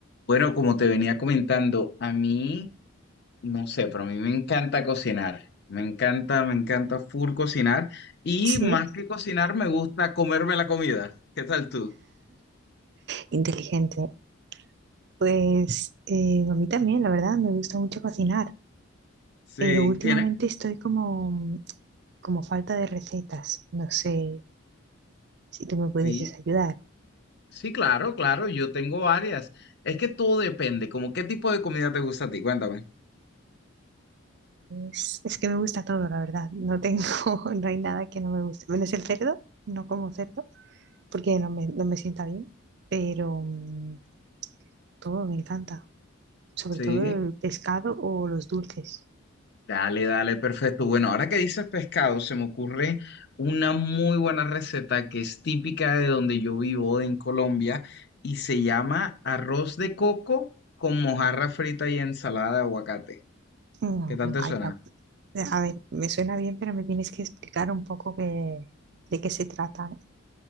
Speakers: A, on the left; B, on the right.
A: Bueno, como te venía comentando, a mí, no sé, pero a mí me encanta cocinar. Me encanta, me encanta full cocinar. Y
B: Sí,
A: más que cocinar, me gusta comerme la comida. ¿Qué tal tú?
B: inteligente. Pues eh, a mí también, la verdad, me gusta mucho cocinar,
A: Sí,
B: pero últimamente
A: tiene,
B: estoy como, como falta de recetas. No sé si tú me pudieses
A: sí,
B: ayudar.
A: sí, claro, claro, yo tengo varias. Es que todo depende, como qué tipo de comida te gusta a ti, cuéntame.
B: Es, es que me gusta todo, la verdad. No tengo, <laughs> no hay nada que no me guste. Menos el cerdo, no como cerdo, porque no me, no me sienta bien, pero mm, todo me encanta, sobre
A: Sí.
B: todo el pescado o los dulces.
A: Dale, dale, perfecto. Bueno, ahora que dices pescado, se me ocurre una muy buena receta que es típica de donde yo vivo, en Colombia, y se llama arroz de coco con mojarra frita y ensalada de aguacate.
B: No,
A: ¿Qué tal te
B: vaya,
A: suena?
B: eh, a ver, me suena bien, pero me tienes que explicar un poco qué- de qué se trata.